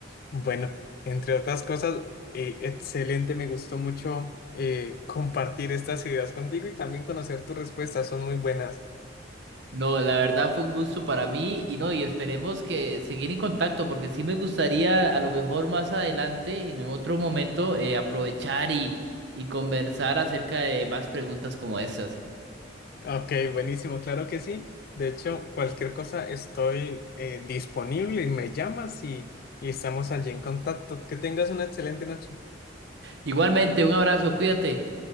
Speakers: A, on the left; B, on the right.
A: Bueno, entre otras cosas, eh, excelente, me gustó mucho eh, compartir estas ideas contigo y también conocer tus respuestas, son muy buenas.
B: No, la verdad fue un gusto para mí y no, y esperemos que seguir en contacto porque sí me gustaría a lo mejor más adelante, en otro momento, eh, aprovechar y, y conversar acerca de más preguntas como estas.
A: Ok, buenísimo, claro que sí. De hecho, cualquier cosa estoy eh, disponible y me llamas y, y estamos allí en contacto. Que tengas una excelente noche.
B: Igualmente, un abrazo, cuídate.